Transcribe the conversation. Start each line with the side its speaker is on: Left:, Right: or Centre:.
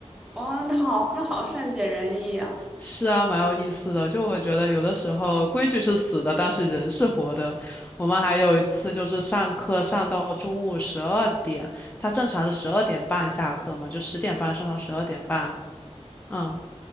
Centre: 哦，那好，那好善解人意呀、
Left: 是啊，蛮有意思的。就我觉得有的时候规矩是死的，但是人是活的。我们还有一次就是上课上到中午十二点，他正常是十二点半下课嘛，就十点半上到十二点半。嗯，